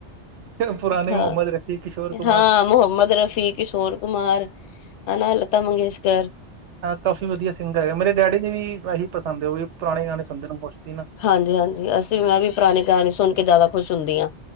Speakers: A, on the right; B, on the left.
A: ਪੁਰਾਣੇ
B: ਹਾਂ
A: ਮੁਹੰਮਦ ਰਫੀ, ਕਿਸ਼ੋਰ ਕੁਮਾਰ
B: ਹਾਂ ਮੁਹੰਮਦ ਰਫੀ ਕਿਸ਼ੋਰ ਕੁਮਾਰ ਹਨਾ ਲਤਾ ਮੰਗੇਸ਼ਕਰ
A: ਹਾਂ ਕਾਫੀ ਵਧੀਆ ਸਿੰਗਰ ਹੈ ਮੇਰੇ ਡੈਡੀ ਜੀ ਵੀ ਇਹੀ ਪਸੰਦ ਹੈ ਉਹ ਵੀ ਪੁਰਾਣੇ ਗਾਣੇ ਸੁਣਦੇ ਨੇ ਮੋਸਟਲੀ ਨਾ
B: ਹਾਂਜੀ ਹਾਂਜੀ ਅਸੀਂ ਮੈਂ ਵੀ ਪੁਰਾਣੇ ਗਾਣੇ ਸੁਣ ਕੇ ਜ਼ਿਆਦਾ ਖੁਸ਼ ਹੁੰਦੀ ਹਾਂ